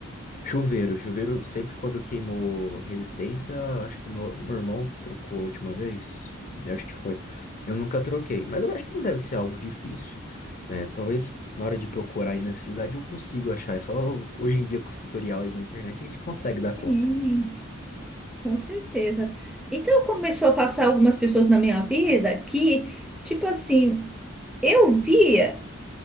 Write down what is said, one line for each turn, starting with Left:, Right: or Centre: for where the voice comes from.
Left: Chuveiro, chuveiro sempre quando queimou resistência, acho que meu, meu irmão que trocou a última vez, eu acho que foi. Eu nunca troquei, mas eu acho que não deve ser algo difícil, né? Talvez na hora de procurar aí na cidade eu consigo achar, é só hoje em dia com os tutoriais na internet a gente consegue dar conta.
Centre: sim, com certeza. Então começou a passar algumas pessoas na minha vida que, tipo assim, eu via.